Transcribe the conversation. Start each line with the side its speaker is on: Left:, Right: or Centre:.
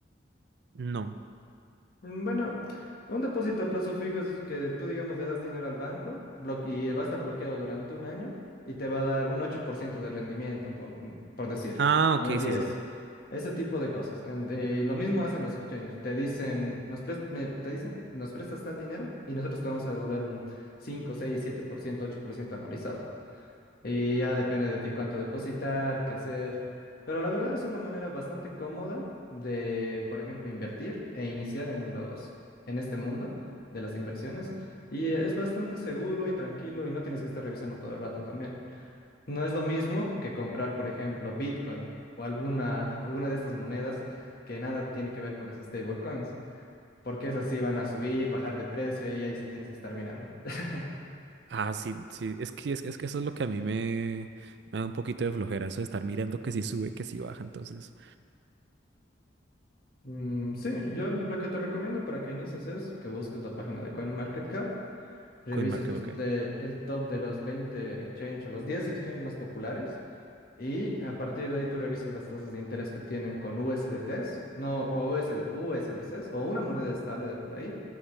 Right: No.
Left: Mm, Bueno, un depósito a plazo fijo es que tú, digamos, le das dinero al banco blo- y va a estar bloqueado durante un año y te va a dar un 8% de rendimiento, por, por decir,
Right: Ah,
Left: o
Right: ok,
Left: un 10%.
Right: sí, sí, sí.
Left: Ese tipo de cosas. En- eh, Y lo mismo hacen los exchanges. Te dicen, nos pres- me- te dicen, nos prestas tal dinero y nosotros te vamos a devolver un cinco, seis, siete por ciento, ocho por ciento anualizado. Y ya depende de ti cuánto depositar, qué hacer. Pero la verdad es una manera bastante cómoda de, por ejemplo, invertir e iniciar en los, en este mundo de las inversiones. Y es bastante seguro y tranquilo y no tienes que estar revisando todo el rato también. No es lo mismo que comprar, por ejemplo, Bitcoin o alguna, alguna de estas monedas que nada tiene que ver con los stablecoins, porque esas sí van a subir, bajar de precio y ahí sí tienes que estar mirando. <laughs>
Right: Ah, sí, sí, es que, es, que- es que eso es lo que a mí me, me da un poquito de flojera, eso de estar mirando que si sube, que si baja, entonces,
Left: Mm, sí, yo lo que te recomiendo para que inicies es que busques la página de CoinMarketCap, revises
Right: CoinMarket,
Left: los,
Right: ok.
Left: eh, el top de los 20 exchange o los 10 exchange más populares y a partir de ahí tú revises las tasas de interés que tienen con USDTs, no, o USD, USDCs o una moneda estable de por ahí